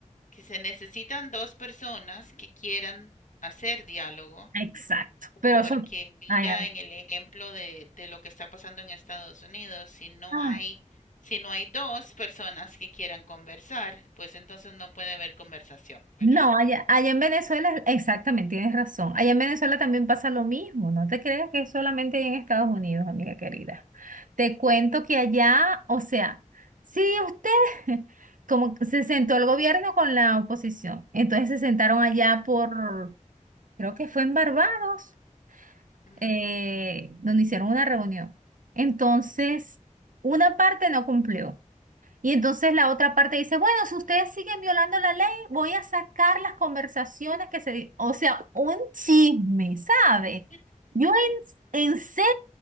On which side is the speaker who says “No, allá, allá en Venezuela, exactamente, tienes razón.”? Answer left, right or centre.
Right